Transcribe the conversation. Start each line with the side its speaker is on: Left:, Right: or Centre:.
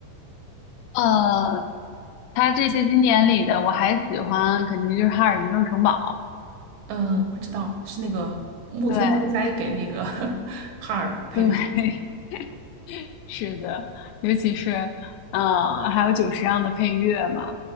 Left: 呃，他这些经典里的我还喜欢，肯定就是《哈尔移动城堡》。
Right: 嗯，我知道是那个木村拓哉给那个
Left: 对
Right: <laughs> 哈尔配的音
Left: 对。<laughs> 是的，尤其是，嗯、还有久石让的配乐嘛，